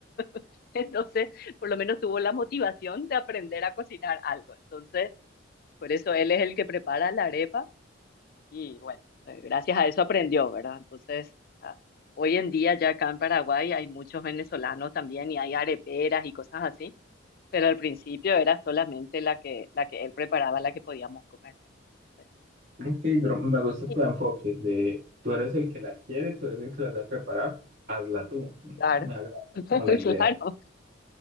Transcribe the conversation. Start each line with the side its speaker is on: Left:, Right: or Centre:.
Left: <laughs> Entonces, por lo menos tuvo la motivación de aprender a cocinar algo. Entonces, Por eso él es el que prepara la arepa y bueno, eh, gracias a eso aprendió, ¿verdad? Entonces, ah, hoy en día ya acá en Paraguay hay muchos venezolanos también y hay areperas y cosas así, pero al principio era solamente la que, la que él preparaba, la que podíamos comer, ¿verdad? Entonces,
Right: Ok, pero me gusta
Left: y
Right: tu enfoque de tú eres el que la quiere, tú eres el que la sabe preparar, hazla tú. Me,
Left: claro,
Right: me agrada
Left: <laughs>
Right: como la idea.
Left: claro.